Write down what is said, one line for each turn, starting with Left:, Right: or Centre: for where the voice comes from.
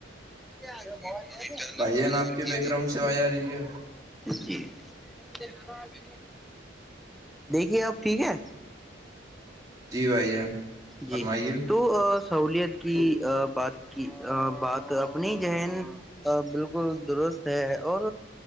Centre: ج بائی ہوٹل
Right: بھائی جان
Centre: بازار
Right: آپ کے
Centre: کی
Right: بیک گراؤنڈ سے آواز آ رہی ہے
Centre: ج د ابھی دیکھیے اب ٹھیک ہے
Right: جی بھائی جان فرمائیے
Centre: جی تو سہولیت کی
Right: تو
Centre: بات کی بات اپنی ذہن ا بالکل درست ہے اور